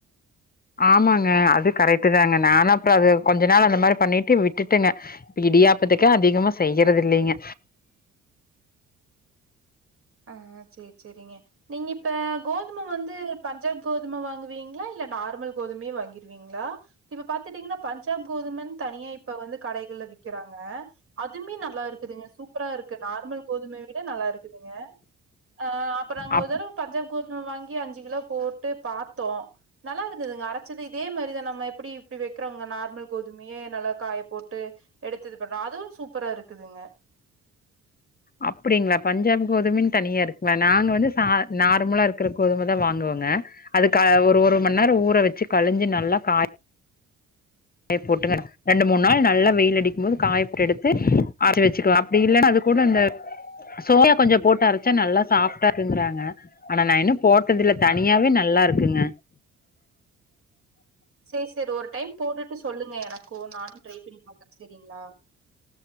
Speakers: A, on the left (about 30°); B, on the right (about 45°).
A: ஆமாங்க அது கரெக்ட் தாங்க நானா அப்ற அது கொஞ்ச நாள் அந்த மாரி பண்ணிட்டு விட்டுட்டுங்க இடியாப்பத்துக்கு அதிகமா செய்யுறது இல்லங்க
B: ஆ சேர் சேரிங்க நீங்க இப்ப கோதும வந்து பஞ்சாப் கோதும வாங்குவீங்களா இல்ல நார்மல் கோதுமையே வாங்கிருவீங்ளா இப்ப பாத்துட்டீங்கனா பஞ்சாப் கோதுமன் தனியா இப்ப வந்து கடைகள்ல விக்கிறாங்க அதுமே நல்லா இருக்குதுங்க சூப்பரா இருக்கு நார்மல் கோதுமைய விட நல்லா இருக்குதுங்க அ அப்றங்
A: அப்
B: ஒரு தடவ் பஞ்சாப் கோதும வாங்கி அஞ்சி கிலோ போட்டு பாத்தோ நல்லா இருந்ததுங்க அரச்சது இதே மாரிதா நம்ம எப்படி இப்படி வைக்கிறோங்க நார்மல் கோதுமையே நல்லா காய போட்டு எடுத்தது பண்ற அதுவு சூப்பரா இருக்குதுங்க
A: அப்டிங்களா பஞ்சாப் கோதுமென் தனியா இருக்வ நாங்க வந்து சா நார்மலா இருக்ற கோதும தா வாங்குவோங்க அதுக்கா ஒரு ஒரு மண்நேரம் ஊற வச்சு கழிஞ்சு நல்லா காய் யே போட்டுங்கணா ரெண்டு மூண் நாள் நல்லா வெயில் அடிக்கும் போது காயப்ட்டு எடுத்து அரச்சி வச்சுக்குவே அப்டி இல்லன்னா அது கூட இந்த சோயா கொஞ்ச போட்டு அரச்சா நல்லா சாஃப்ட்டா ருன்றாங்க ஆனா நா இன்னு போட்டதுல்ல தனியாவே நல்லா இருக்குங்க
B: சே செர் ஒரு டைம் போட்டுட்டு சொல்லுங்க எனக்கு நானு ட்ரை பண்ணி பாக்ற செரிங்ளா